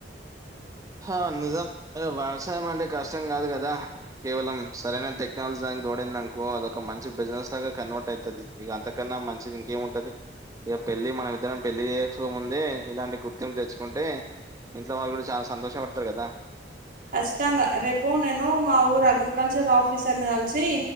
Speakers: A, on the right; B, on the right.
A: హ నిజం వ్యవసాయం అంటే కష్టం కాదు కదా కేవలం సరైన టెక్నాలజీ. ఇంకొకటి ఎందనుకో అదొక మంచి బిజినెస్ లాగా కన్వర్ట్ అవుతది ఇంకా అంతకన్నా మంచిది ఇంకేం ఉంటది. ఇగా పెళ్లి మనమిద్దరం పెళ్లి చేసుకోముందే ఇలాంటి గుర్తింపు తెచ్చుకుంటే. ఇంట్లో వాళ్ళు కూడా చాలా సంతోష పడతారు కదా.
B: ఖచ్చితంగా రేపు నేను మా ఊరు అగ్రికల్చర్ ఆఫీసర్ ని కలిసి.